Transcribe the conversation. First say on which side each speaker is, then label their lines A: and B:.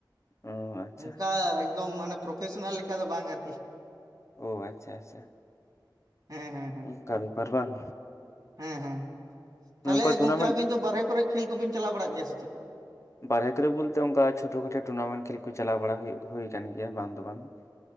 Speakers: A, on the left; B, on the right.
A: ᱚ ᱟᱪᱪᱷᱟ
B: ᱚᱱᱠᱟ ᱮᱠᱫᱚᱢ ᱢᱟᱱᱮ ᱯᱨᱚᱯᱷᱮᱥᱚᱱᱟᱞ ᱞᱮᱠᱟ ᱫᱚ ᱵᱟᱝ ᱟᱨᱠᱤ᱾
A: ᱳ ᱟᱪᱪᱷᱟ ᱟᱪᱪᱷᱟ᱾
B: ᱦᱮᱸᱻ ᱦᱮᱸᱻ
A: ᱚᱝᱠᱟ ᱵᱮᱯᱟᱨ ᱵᱟᱝ?
B: ᱦᱮᱸᱻ ᱦᱮᱸᱻ ᱛᱟᱦᱞᱮ
A: ᱱᱚᱝᱠᱟ ᱴᱩᱨᱱᱟᱢᱮᱱᱴ
B: ᱜᱚᱝᱠᱮ ᱟᱹᱵᱤᱱ ᱫᱚ ᱵᱟᱨᱦᱮ ᱠᱚᱨᱮ ᱠᱷᱮᱞ ᱠᱚᱵᱤᱱ ᱪᱟᱞᱟᱣ ᱵᱟᱲᱟᱜ ᱜᱮᱭᱟ ᱥᱮ ᱪᱮᱫ?
A: ᱵᱟᱨᱦᱮ ᱠᱚᱨᱮ ᱵᱚᱞᱛᱮ ᱚᱱᱠᱟ ᱪᱷᱳᱴᱳ ᱠᱷᱟᱴᱳ ᱴᱩᱨᱱᱟᱢᱮᱱᱴ ᱠᱷᱮᱞ ᱠᱚ ᱪᱟᱞᱟᱣ ᱵᱟᱲᱟ ᱦᱳᱭᱳᱜ ᱦᱳᱭ ᱠᱟᱱ ᱜᱮᱭᱟ ᱵᱟᱝ ᱫᱚ ᱵᱟᱝ᱾ <inaudible>